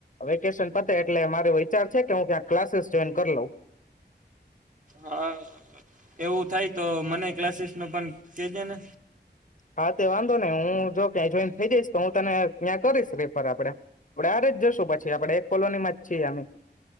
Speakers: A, on the left; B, on the right.
A: વેકેશન પતે એટલે મારો વિચાર છે કે હું ક્યા ક્લાસીસ જોઈન કરી લઉ.
B: હા, એવું થાય તો મનેએ ક્લાસીસ નું પણ કેજેને
A: હા, તે વાંધો નઈ હું જો ક જોઈન થઇ જઈશ, તો હું તને ત્યાં કરીશ રિફર. આપડે આપડ સાથેજ જશું પછી આપડે એક કોલોનીમાં જ છીએ આમે